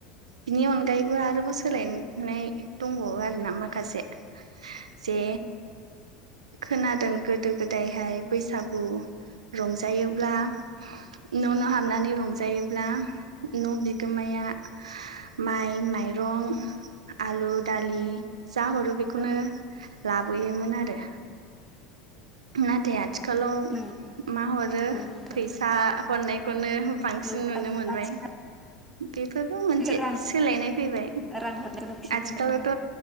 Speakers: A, on the right; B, in the centre.
A: बिनि अनगायैबो आरोबाव सोलायनाय दंबावो आरो ना माखासे। जे खोनादों गोदो गोदायहाय बैसागु रंजायोब्ला न' न' हाबनानै रंजायोब्ला न' बिगोमाया माइ माइरं आलु दालि जा हरो बेखौनो
B: ओ
A: लाबोयोमोन आरो नाथाय आथि खालाआव
B: ओ नंगौ
A: मा हरो
B: नोंथां
A: फैसा हरनायखौनो बांसिन
B: ओ
A: नुनो
B: आथिखालावसो
A: मोनबाय <inaudible> फोरबो मोनसे
B: रां
A: सोलायनाय फैबाय
B: रां हरनायखौनो बांसिन
A: आथिखालावथ'
B: नुनो मोनो